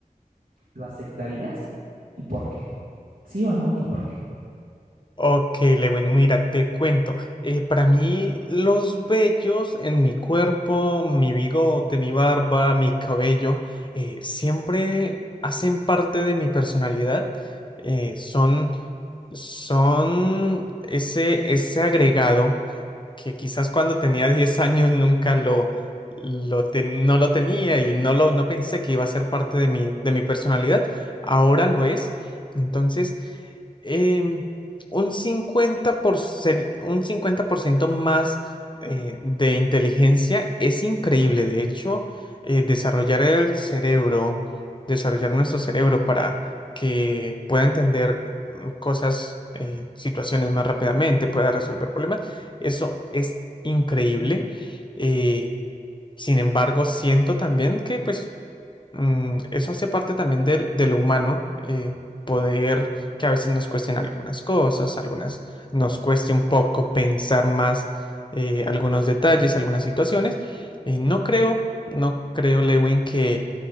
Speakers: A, on the right; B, on the left.
A: ¿Lo aceptarías? ¿Y por qué? ¿Sí o no? ¿Y por qué?
B: Ok, Lewin, mira, te cuento. Eh, para mí, los vellos en mi cuerpo, mi bigote, mi barba, mi cabello, eh, siempre hacen parte de mi personalidad. Eh, son, son ese, ese agregado que quizás cuando tenía <laughs> 10 años nunca lo, lo ten- no lo tenía y no lo, no pensé que iba a ser parte de mi, de mi personalidad. Ahora lo es. Entonces, em, un cincuenta por ser- un 50% más eh, de inteligencia es increíble. De hecho, eh, desarrollar el cerebro, desarrollar nuestro cerebro para que pueda entender mm, cosas, eh, situaciones más rápidamente, pueda resolver problemas, eso es increíble. Eh, sin embargo, siento también que pues Mm, eso hace parte también del, de lo humano, eh, poder que a veces nos cuesten algunas cosas, algunas nos cueste un poco pensar más eh, algunos detalles, algunas situaciones. Eh, no creo, no creo, Lewin, que